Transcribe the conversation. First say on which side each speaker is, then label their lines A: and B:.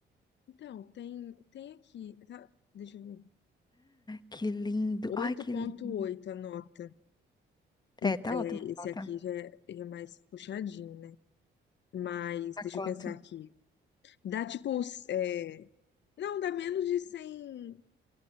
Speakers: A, on the left; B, on the left.
A: então, tem, tem aqui, tá? Deixa eu ver.
B: Que lindo,
A: oito
B: ai, que
A: ponto
B: lindo.
A: oito a nota. Ent-
B: É, tá
A: é,
B: ótimo,
A: Esse aqui
B: tá,
A: já é, já é mais puxadinho, né? Mas
B: tá
A: deixa
B: quanto?
A: eu pensar aqui. Dá tipo. os, é, Não, dá menos de cem